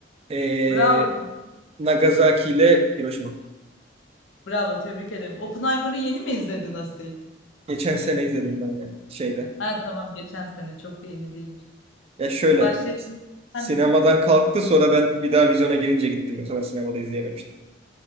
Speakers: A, on the right (about 30°); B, on the left (about 85°).
A: Ee,
B: Bravo,
A: Nagasaki ile Hiroşima.
B: bravo tebrik ederim. Oppenheimer'ı yeni mi izledin Asil?
A: Geçen sene izledim ben yani şeyde.
B: Ha, tamam geçen sene çok da yeni değilmiş.
A: Ya şöyle
B: Başlayalım.
A: sinemadan
B: Hadi bir tane.
A: kalktı sonra ben bir daha vizyona girince gittim. Yoksa ben sinemada izleyememiştim.